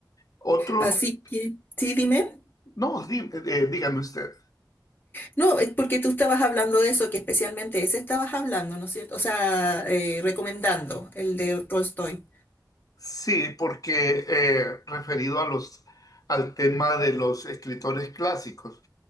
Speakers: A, on the left (about 50°); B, on the left (about 25°).
A: Otro,
B: Así que, sí, dime.
A: no, dí- eh, dígame usted.
B: No, es porque tú estabas hablando de eso, que especialmente ese estabas hablando, ¿no es cierto? O sea, eh, recomendando el de Tolstoy.
A: Sí, porque eh, referido a los, al tema de los escritores clásicos,